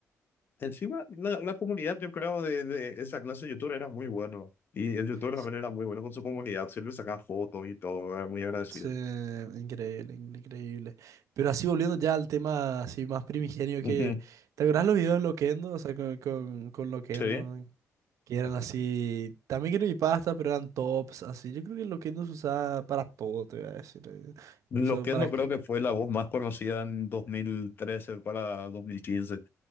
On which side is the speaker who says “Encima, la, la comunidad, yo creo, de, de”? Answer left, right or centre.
Left